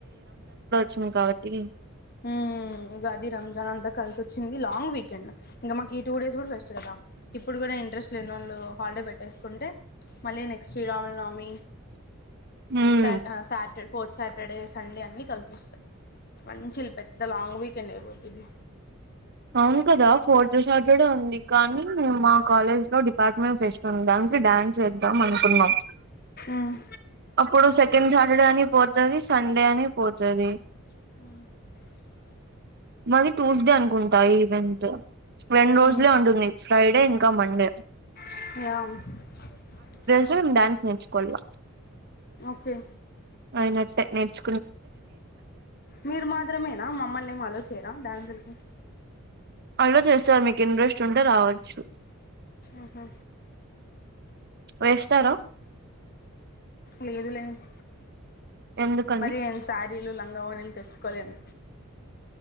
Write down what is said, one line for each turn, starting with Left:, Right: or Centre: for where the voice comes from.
Right: చోమ్ కాబట్టి
Left: ఉ ఉ మ్ ఉగాది రంజాన్ అంతా కలిసి వచ్చింది లాంగ్ వీకెండ్, ఇంకా మాకి ఈ టూ డేస్ కూడా ఫస్ట్ కదా ఇప్పుడు కూడా ఇంట్రెస్ట్ లేనిలోళ్ళు హాలిడే పెట్టేసుకుంటే మళ్ళీ నెక్స్ట్ శ్రీరామునమి
Right: మ్మ్
Left: సా ఆ సాటర్ ఫోర్త్ సాటర్డే సండే అన్ని కలిసొస్తాయి. మంచి పెద్ద లాంగ్ వీకెండ్ అయిపోద్దిది.
Right: అవును కదా ఫోర్త్ సాటర్డే ఉంది. కానీ మా కాలేజ్ లో డిపార్ట్మెంట్ ఫెస్టున్ది దానికి డ్యాన్స్ చేద్దాం అనుకున్నాం.
Left: మ్మ్
Right: అప్పుడు సెకెండ్ సాటర్డే అని పోతది సండే అని పోతది.
Left: <unintelligible>
Right: మాది ట్యూస్డే అనుకుంటా ఈ ఈవెంట్ రెండ్రోజులే
Left: మ్మ్
Right: ఉంటుంది. ఫ్రైడే ఇంకా మండే.
Left: <unintelligible>
Right: <unintelligible> డ్యాన్స్ నేర్చుకోవాలిగ.
Left: ఓకే.
Right: అయినట్టె నేర్చ్
Left: మీరు మాత్రమేనా మమ్మల్నేం ఆలోచేయరా డాన్సుల్కి.
Right: అలో చేస్తారు మీకు ఇంట్రెస్ట్ ఉంటె రావచ్చు.
Left: ఊహు
Right: వేస్తార.
Left: లేదు లేండి.
Right: ఎందుకండి
Left: మరి ఏం సారీలు లంగావోనిల్ తెచ్చుకోలేన్